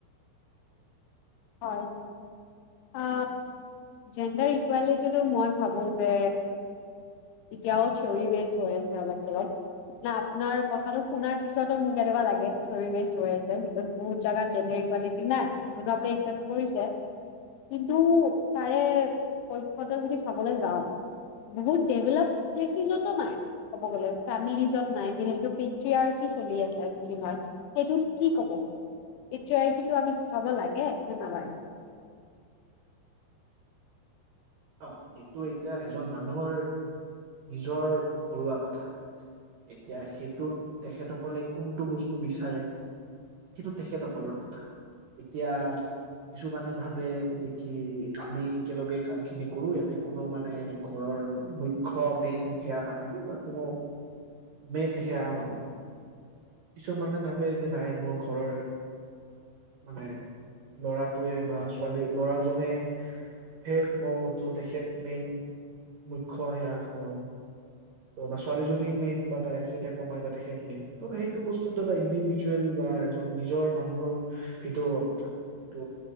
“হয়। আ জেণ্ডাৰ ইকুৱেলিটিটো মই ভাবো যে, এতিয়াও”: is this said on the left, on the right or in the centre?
Left